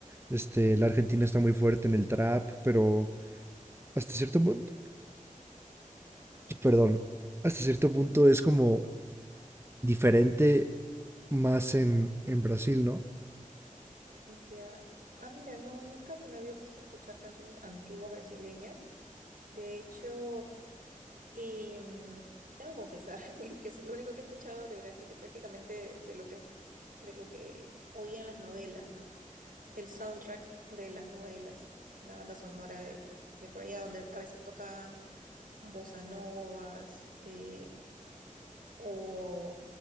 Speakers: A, on the right (about 20°); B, on the right (about 80°).
A: este, la argentina
B: Ujú.
A: está muy fuerte en el trap, pero hasta cierto punto, perdón, hasta cierto punto es como diferente más en, en Brasil, ¿no?
B: Ya. Ah, mira, no, nunca me había puesto a escuchar canciones antiguas brasileñas. De hecho, y, mm, tengo que confesar <laughs> que es lo único que he escuchado de Brasil es prácticamente de lo que, de lo que oía en las novelas, ¿no? del soundtrack de las novelas, la banda sonora de, de por allá, donde a veces tocan bossa novas eh, o